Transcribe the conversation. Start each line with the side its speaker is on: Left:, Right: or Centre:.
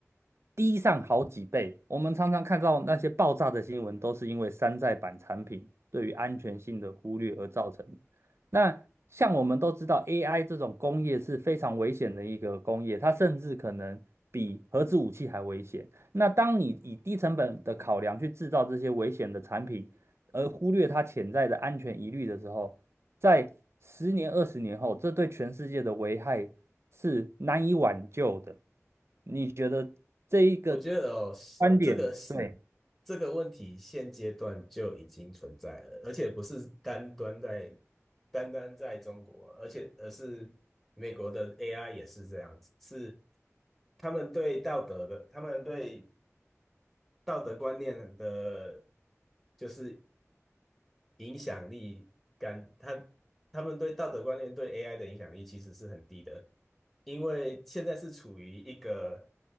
Right: 低上好几倍。我们常常看到那些爆炸的新闻，都是因为山寨版产品对于安全性的忽略而造成那像我们都知道，AI 这种工业是非常危险的一个工业，它甚至可能比核子武器还危险。那当你以低成本的考量去制造这些危险的产品，而忽略它潜在的安全疑虑的时候，在十年、二十年后，这对全世界的危害是难以挽救的。你觉得这一个
Centre: 我觉得哦，
Right: 观点，
Centre: 这个是
Right: 对，
Centre: 这个问题现阶段就已经存在了，而且不是单端在单单在中国，而且而是美国的 AI 也是这样子，是他们对道德的，他们对道德观念的，就是影响力感，他他们对道德观念对 AI 的影响力其实是很低的，因为现在是处于一个